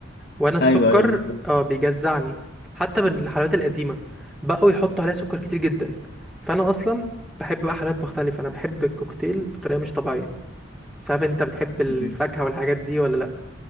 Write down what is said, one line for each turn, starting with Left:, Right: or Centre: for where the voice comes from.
Centre: وانا السكر
Left: ايوه ايوه بالظبط
Centre: اه بيجزعني حتى من الحلويات القديمه بقوا يحطوا عليها سكر كتير جدا فانا اصلا بحب بقى حلويات مختلفه انا بحب الكوكتيل بطريقه مش طبيعيه مش عارف انت بتحب الفاكهه
Left: مم.
Centre: والحاجات دي ولا لا